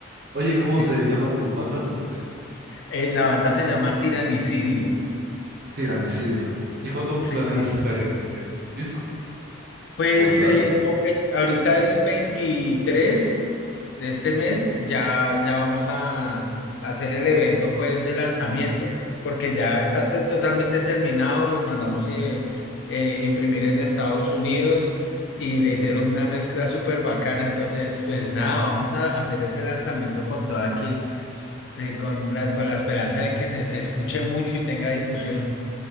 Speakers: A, on the right; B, on the left.
A: Oye, ¿cómo
B: Sí,
A: se llama tu banda? Me olvidé.
B: Eh, la banda se llama Tiranicidio.
A: Tiranicidio. ¿Y cuándo
B: Sí,
A: planean
B: sí.
A: sacar el, el disco
B: Pues
A: o el
B: eh,
A: álbum?
B: co- eh, ahorita el 23 de este mes ya, ya vamos a, a hacer el evento pues de lanzamiento porque ya está te- totalmente terminado, los mandamos eh, eh, imprimir en Estados Unidos y le hicieron una mezcla súper bacana, entonces pues nada, vamos a hacer ese lanzamiento con todo aquí, eh, con la, con la esperanza de que se, se escuche mucho y tenga difusión.